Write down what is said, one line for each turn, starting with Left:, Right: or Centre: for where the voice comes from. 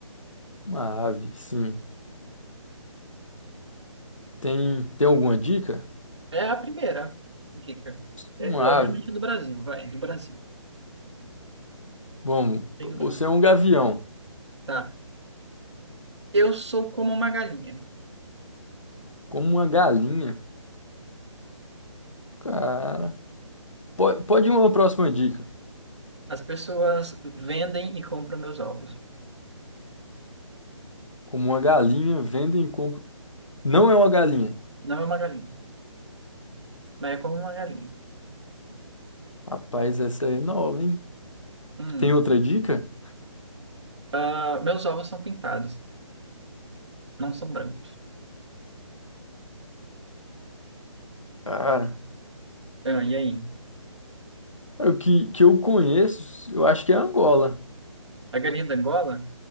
Left: Uma ave, sim. Tem, tem alguma dica?
Right: É a primeira dica. É,
Left: Uma
Right: é, obviamente
Left: ave.
Right: do Brasil, vai, do Brasil.
Left: Vamos,
Right: Tem do Brasil.
Left: você é um gavião.
Right: Tá. Eu sou como uma galinha.
Left: Como uma galinha. Cara. Pode, pode ir uma próxima dica.
Right: As pessoas vendem e compram meus ovos.
Left: Como uma galinha, vendem e compram. Não é uma galinha.
Right: Não é uma galinha, mas é como uma galinha.
Left: Rapaz, essa é nova, hein?
Right: Hum.
Left: Tem outra dica?
Right: Ah, meus ovos são pintados, não são brancos.
Left: Cara,
Right: Ah, e aí?
Left: cara, o que, que eu conheço, eu acho que é Angola.
Right: A galinha da Angola?